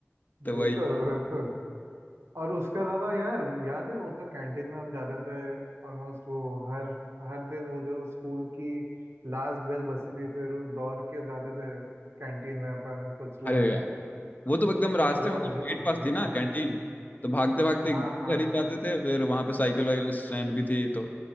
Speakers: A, on the left; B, on the right.
A: तो
B: बिल्कुल
A: वही है
B: बिल्कुल और उसके अलावा यार याद है वो जो कैंटीन में हम जाते थे ऑलमोस्ट वो हर हर दिन वो जो स्कूल की लास्ट बेल बची थी फिर दौड़ के जाते थे कैंटीन में अपन कुछ लाने
A: अरे यार वो तो एकदम रास्ते
B: जो
A: में मतलब
B: जो
A: गेट पास
B: भीड़
A: थी ना
B: लगती
A: कैंटीन
B: थी
A: तो भागते भागते
B: हाँ
A: घर
B: हाँ
A: ही
B: हाँ
A: जाते थे फिर वहां पे साइकिल वाइकिल स्टैंड भी थी तो